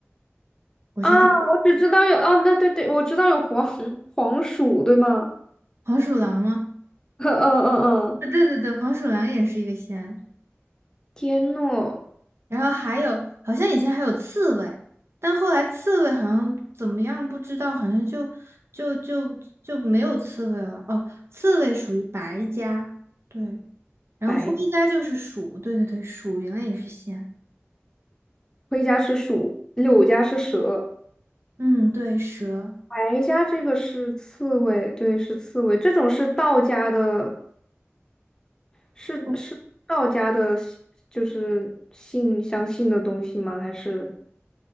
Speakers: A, on the right; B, on the left.
A: 我是这么，
B: 啊，我只知道有，啊，那对对，我知道有黄黄鼠，对吗？
A: 黄鼠狼吗？
B: <laughs> 嗯嗯嗯，
A: 啊，对对对，黄鼠狼也是一个仙。
B: 天诺
A: 然后还有，好像以前还有刺猬，但后来刺猬好像怎么样不知道，好像就就就就没有刺猬了。哦，刺猬属于白家，对。然后灰家就是鼠，
B: 白
A: 对对对，鼠原来也是仙。
B: 灰家是鼠，柳家是蛇。
A: 嗯，对，蛇，
B: 白家这个是刺猬，对，是刺猬。这种是道家的，是是道家的信就是信相信的东西吗？
A: 我
B: 还是？